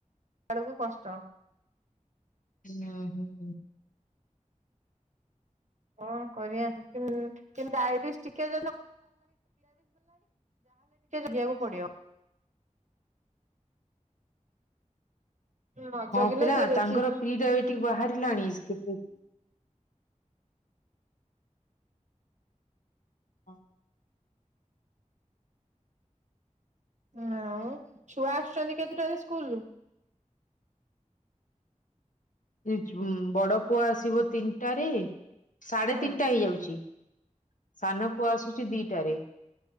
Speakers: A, on the right; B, on the left.
A: ଏଳକୁ କଷ୍ଟ।
B: ଉଁ ହୁଁ ହୁଁ।
A: କଣ କରିବା? ତାହେଲେ ଟିକେ ଜଗିବାକୁ ପଡିବ?
B: <inaudible>
A: ନ
B: ହଁ
A: ଜଗିଲେ
B: ପରା
A: ସେ ବେଶୀ
B: ତାଙ୍କର ପ୍ରି ଡାଇବେଟିକ ବାହାରିଲାଣି <unintelligible> ହଁ।
A: ଆଉ ଛୁଆ ଆସୁଛନ୍ତି କେତେଟାରେ ସ୍କୁଲୁ?
B: ଦି ଯୁମ୍ ବଡ ପୁଅ ଆସିବ ତିନିଟାରେ ସାଢେ
A: ହୁଁ
B: ତିନିଟା ହେଇଯାଉଛି। ସାନ ପୁଅ ଆସୁଛି ଦିଟାରେ।